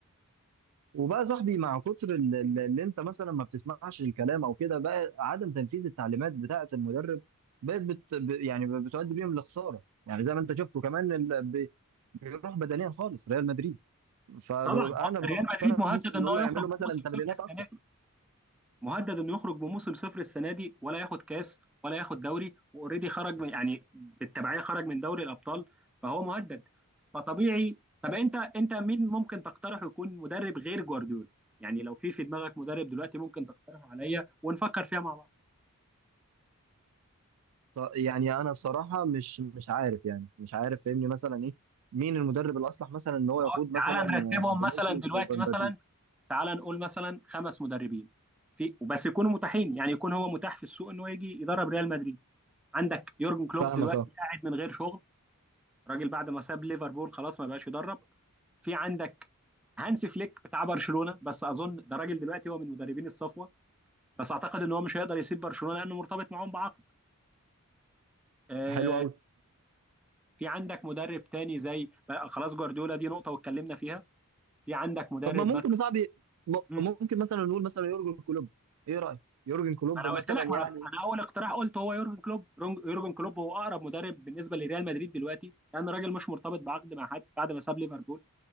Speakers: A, on the right; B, in the centre.
A: وبقى يا صاحبي مع كتر ال- ال- اللي انت مثلا ما بتسمعش الكلام او كده بقى عدم تنفيذ التعليمات بتاعه المدرب بقت بت ب- يعني بتؤدي بيهم لخساره يعني زي ما انت شفته كمان ال- بي- بيروح بدنيا خالص ريال مدريد فانا
B: طبعا
A: بقترح
B: ريال مدريد مهدد
A: مثلا ان
B: ان
A: هم
B: هو
A: يعملوا
B: يخرج
A: مثلا
B: بموسم صفر
A: تمرينات
B: السنه
A: اكتر
B: دي مهدد انه يخرج بموسم صفر السنه دي ولا ياخد كاس ولا ياخد دوري واوريدي خرج من يعني بالتبعيه خرج من دوري الابطال فهو مهدد فطبيعي طب انت انت مين ممكن تقترحه يكون مدرب غير جوارديولا يعني لو في في دماغك مدرب دلوقتي ممكن تقترحه عليا ونفكر فيها مع بعض
A: ف- يعني انا الصراحه مش مش عارف يعني مش عارف فاهمني مثلا ايه مين المدرب الاصلح مثلا ان هو
B: آه،
A: يقود مثلا
B: تعال نرتبهم
A: فينيسيوس
B: مثلا دلوقتي
A: ومبابي
B: مثلا تعال نقول مثلا خمس مدربين في وبس يكونوا متاحين يعني يكون هو متاح في السوق انه يجي يدرب ريال مدريد عندك يورجن كلوب
A: فاهمك
B: دلوقتي
A: اه
B: قاعد من غير شغل الراجل بعد ما ساب ليفربول خلاص ما بقاش يدرب في عندك هانسي فليك بتاع برشلونه بس اظن ده راجل دلوقتي هو من مدربين الصفوه بس اعتقد ان هو مش هيقدر يسيب برشلونه لانه مرتبط معاهم بعقد آه
A: حلو قوي
B: في عندك مدرب تاني زي بقى خلاص جوارديولا دي نقطه واتكلمنا فيها في عندك مدرب
A: طب ما ممكن
B: مثلا
A: يا صاحبي م-
B: مم.
A: ممكن مثلا نقول مثلا يورجن كلوب ايه رايك يورجن كلوب
B: انا
A: مثلا
B: قلت لك
A: يعني
B: ما انا أنا اول اقتراح قلت هو يورجن كلوب رونج- يورجن كلوب هو اقرب مدرب بالنسبه لريال مدريد دلوقتي لان الراجل مش مرتبط بعقد مع حد بعد ما ساب ليفربول